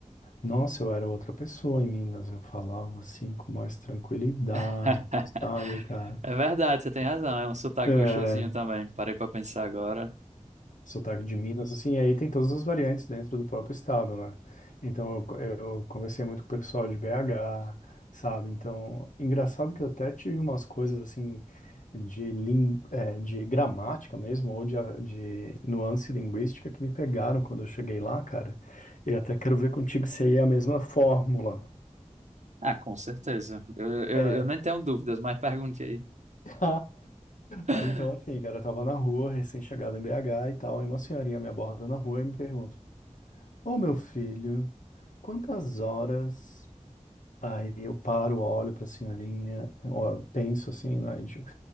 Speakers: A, on the left (about 85°); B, on the right (about 65°).
A: Nossa, eu era outra pessoa em Minas, eu falava assim com mais tranquilidade,
B: <laughs>
A: sabe, cara?
B: É verdade, você tem razão. É um sotaque
A: É,
B: gostosinho também. Parei pra pensar agora.
A: sotaque de Minas, assim, e aí tem todas as variantes dentro do próprio estado, né? Então eu, eu conversei muito com o pessoal de BH, sabe? Então, engraçado que eu até tive umas coisas assim de, lin, é, de gramática mesmo, ou de, a- de nuance linguística que me pegaram quando eu cheguei lá, cara. E até quero ver contigo se aí é a mesma fórmula.
B: Ah, com certeza. Eu, eu,
A: É.
B: eu nem tenho dúvidas, mas pergunte aí.
A: <laughs>
B: <laughs>
A: Ah, Então, assim, cara, eu tava na rua, recém-chegado em BH e tal, aí uma senhorinha me aborda na rua e me pergunta: Ô meu filho, quantas horas? Aí eu paro, olho pra senhorinha, ó, penso assim, né? e digo,